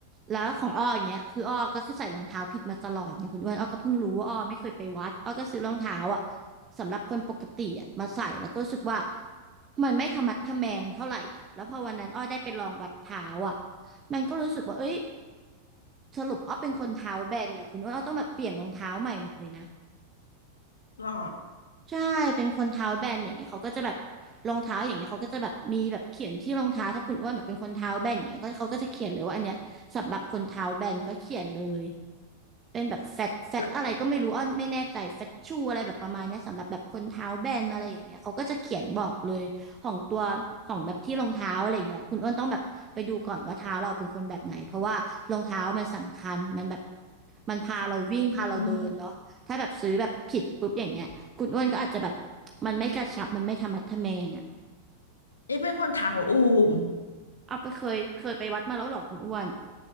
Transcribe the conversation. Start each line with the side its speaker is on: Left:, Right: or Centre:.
Right: แล้วของอ้ออย่างเงี้ยคืออ้อก็คือใส่รองเท้าผิดมาตลอดเนี่ยคุณอ้วนอ้อก็เพิ่งรู้ว่าอ้อไม่เคยไปวัดอ้อก็ซื้อรองเท้าอ่ะสำหรับคนปกติอ่ะมาใส่แล้วก็รู้สึกว่ามันไม่ทะมัดทะแมงเท่าไหร่อ่ะแล้วพอวันนั้นอ้อได้ไปลองวัดเท้าอ่ะมันก็รู้สึกว่าเอ้ย สรุปอ้อเป็นคนเท้าแบนเนี่ยคุณว่าอ้อต้องแบบเปลี่ยนรองเท้าใหม่หมดเลยนะ
Left: หรอ
Right: ใช่เป็นคนเท้าแบนอย่างเงี้ยเขาก็จะแบบรองเท้าอย่างเงี้ยเขาก็จะแบบมีแบบเขียนที่รองเท้าถ้าคุณอ้วนแบบเป็นคนเท้าแบนอย่างเงี้ยก็เขาก็จะเขียนเลยว่าอันเนี้ยสำหรับคนเท้าแบนก็เขียนเลย เป็นแบบแฟตแฟตอะไรก็ไม่รู้อ้อนไม่แน่ใจแฟตชูอะไรแบบประมาณเนี้ยสำหรับแบบคนเท้าแบนอะไรอย่างเงี้ยเขาก็จะเขียนบอกเลยของตัวของแบบที่รองเท้าอะไรอย่างเงี้ยคุณอ้วนต้องแบบไปดูก่อนว่าเท้าเราเป็นคนแบบไหนเพราะว่ารองเท้ามันสำคัญมันแบบ
Left: ละ
Right: มันพาเราวิ่งพาเราเดินเนาะถ้าแบบซื้อแบบผิดปุ๊บอย่างเงี้ยคุณอ้วนก็อาจจะแบบ
Left: อืม
Right: มันไม่กระชับมันไม่ธรรมัดทะแมงอะ
Left: นี่เป็นคนเท้าอูม
Right: เอาไปเคยเคยไปวัดมาแล้วเหรอคุณอ้วน